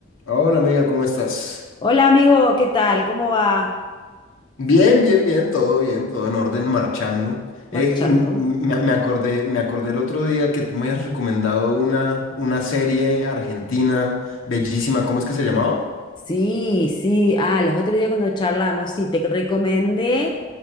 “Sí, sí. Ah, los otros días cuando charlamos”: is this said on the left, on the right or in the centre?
Left